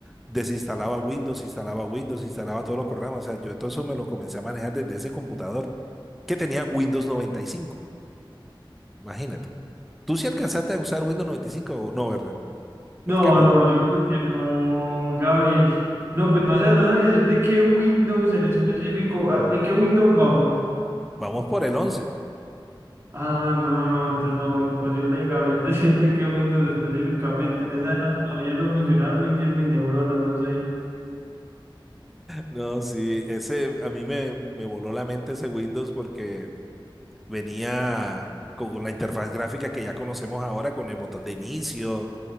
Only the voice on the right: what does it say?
No,
no, yo creo que no, Gabriel. No, pues no sé, no sabría decirte qué Windows en específico. ah, ¿En qué Windows vamos?
Ah, no, no, no, entonces no, imposible, Gabriel, <laughs> decirte qué Windows específicamente. En esa edad todavía no funcionaban muy bien mis neuronas, no sé.